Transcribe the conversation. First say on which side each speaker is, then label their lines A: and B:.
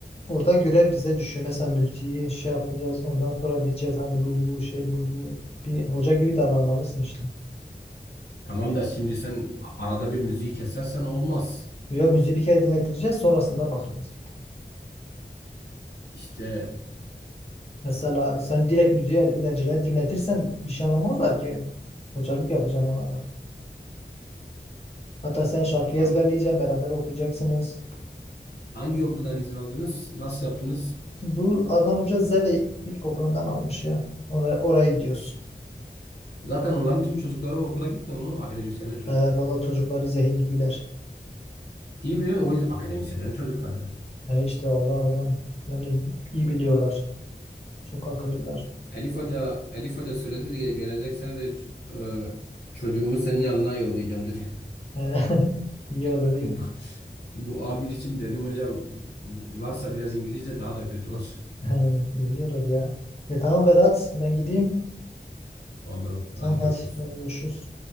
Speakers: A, on the left; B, on the left.
A: orada görev bize düşüyor. Mesela müziği şey yapacağız. Ondan sonra diyeceğiz hani bu bu şey bu bu. Bir hoca gibi davranmalısın işte.
B: Tamam da şimdi sen a- arada bir müziği kesersen olmaz.
A: Yo müziği bir kere dinletireceğiz sonrasında bakacağız.
B: İşte
A: Mesela sen direkt müziği öğrencilere dinletirsen bir şey anlamazlar ki. Hocalık yapacaksın onlara. Hatta sen şarkıyı
B: hangi,
A: ezberleyeceksin beraber okuyacaksınız.
B: hangi okuldan izin aldınız? Nasıl yaptınız?
A: Bu Adnan Hoca Zeve İlkokulu'ndan almış ya. Oraya, oraya gidiyoruz.
B: Zaten onların tüm çocukları o okula gitmiyor mu? Akademisyenlerin çocukları.
A: Ee, valla çocukları zehir gibiler.
B: Değil mi? O yüzden akademisyenlerin çocukları.
A: Ee, işte Allah adam yani iyi biliyorlar. Çok akıllılar.
B: Elif Hoca, Elif Hoca söyledi de gelecek sene de ç- e, çocuğumu senin yanına yollayacağım dedi.
A: Ee, <laughs> iyi olur
B: <laughs>
A: iyi.
B: Bu,
A: <laughs>
B: bu A1 için dedim hocam varsa biraz İngilizce daha da kötü olur.
A: Ee, olur ya. E tamam Vedat ben gideyim.
B: Tamam bro. Hadi
A: Tamam
B: görüşürüz.
A: hadi. Hadi görüşürüz.